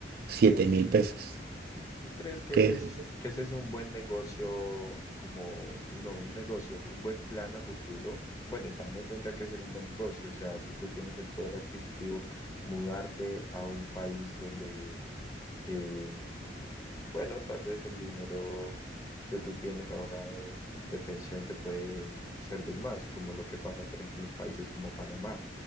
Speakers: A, on the right; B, on the left.
A: 7.000 pesos.
B: ¿Tú crees que
A: ¿Qué
B: ese
A: es?
B: es, que ese es un buen negocio, como, no, un negocio, un buen plan a futuro? Bueno, y también tendrá que ser un buen negocio, o sea, si tú tienes el poder adquisitivo, mudarte a un país donde, eh, bueno, tal vez el dinero que tú tienes ahorrado de pensión te puede servir más, como lo que pasa, por ejemplo, en países como Panamá